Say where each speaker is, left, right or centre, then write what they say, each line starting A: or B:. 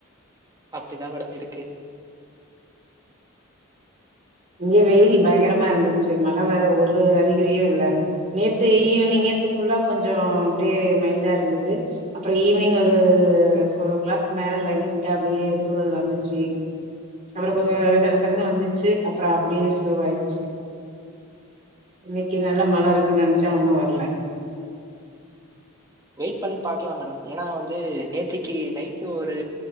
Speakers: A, on the right; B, on the right.
A: அப்டிதா மேடம் இருக்கு
B: இங்கயு வெயில் பயங்கரமா இருந்துச்சி மழ வர ஒரு அறிகுறியு இல்ல நேத்து ஈவனிங் நேத்து ஃபுல்லா கொஞ்சோ ஆஃப்டே மைல்டா இருந்தது அப்புறோ ஈவ்னிங் ஒரு ஃபோர் ஒ கிளாக் மேல லைட்டா அப்டியே தூறல் வந்துச்சி அப்புறோ கொஞ்சோ சட சடன்னு வந்துச்சி அப்புறோ அப்டியே ஸ்லோவாயிட்ச்சி இன்னிக்கு நல்ல மழை இருக்குன் நென்ச்ச ஒன்னு வர்ல
A: வெயிட் பண்ணி பாக்கலா மேடம் ஏன்னா வந்து நேத்திக்கு நைட்டு ஒரு